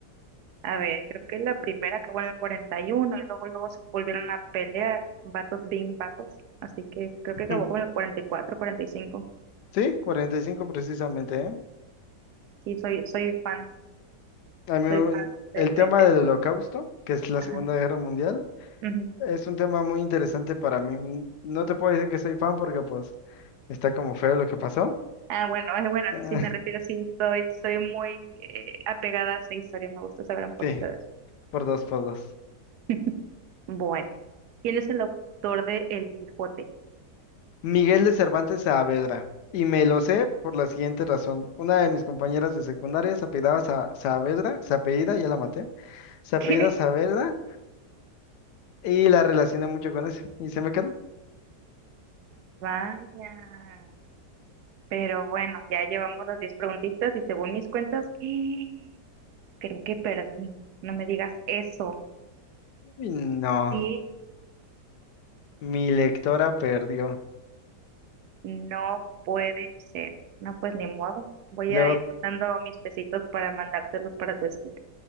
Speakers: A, on the right; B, on the left.
A: A ver, creo que la primera acabó en el cuarenta y uno, y luego, luego se volvieron a pelear. Vatos, bing, vatos. Así que creo
B: <laughs>
A: que acabó
B: Mm.
A: con el cuarenta cuarenta y cuatro, cuarenta y cinco.
B: Sí, 45 precisamente, ¿eh?
A: Sí, soy, soy fan,
B: A mí,
A: soy
B: mm,
A: fan de,
B: el
A: de,
B: tema
A: de eso.
B: del Holocausto, que es la
A: Ajá.
B: Segunda Guerra Mundial,
A: Ujú.
B: Es un tema muy interesante para mí. No te puedo decir que soy fan porque pues está como feo lo que pasó.
A: Ah, bueno, es bueno, a eso
B: <laughs>
A: sí me refiero, sí, soy, soy muy eh, apegada a esa historia, me gusta saber
B: Ah,
A: un poquito
B: sí,
A: de eso.
B: por dos, por dos.
A: <laughs> Bueno, ¿quién es el autor de El Quijote? <laughs>
B: Miguel de Cervantes Saavedra. Y me lo sé por la siguiente razón. Una de mis compañeras de secundaria se apellidaba Sa- Saavedra, se apellida, ya la maté, se
A: ¿Qué?
B: apellida Saavedra y la relacioné mucho con eso. Y se me quedó.
A: Vaya. Pero bueno, ya llevamos las 10 preguntitas y según mis cuentas, <gasps> creo que perdí. No me digas eso.
B: Y no,
A: Sí,
B: mi lectora perdió.
A: no puede ser. No, pues ni modo. Voy
B: Luego,
A: a ir juntando mis pesitos para mandártelos para tu escrito.